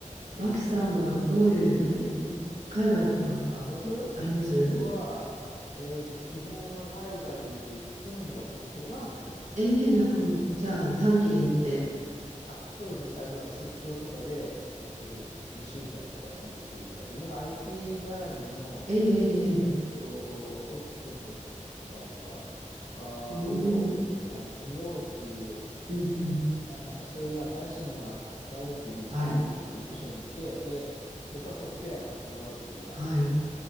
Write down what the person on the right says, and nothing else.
脇さんはどういう、
なんかい、海外とか
あります
ええーな、この、
じゃあ短期で行って。
えええ
えええうん、
うん、うん。
はい、
はい、